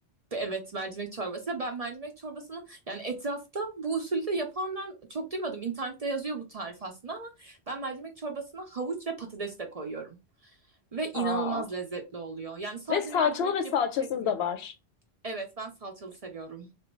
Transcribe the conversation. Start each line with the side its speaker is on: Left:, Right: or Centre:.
Right: Evet mercimek çorbası. Ben mercimek çorbasını yani etrafta bu usulde yapan ben çok duymadım. İnternette yazıyor bu tarif aslında ama ben mercimek çorbasına havuç ve patates de koyuyorum. Ve inanılmaz
Left: Aa.
Right: lezzetli oluyor. Yani sadece
Left: Ve salçalı
Right: mercimek
Left: ve salçasız
Right: yapıp çekmiyorum.
Left: da var.
Right: Evet ben salçalı seviyorum.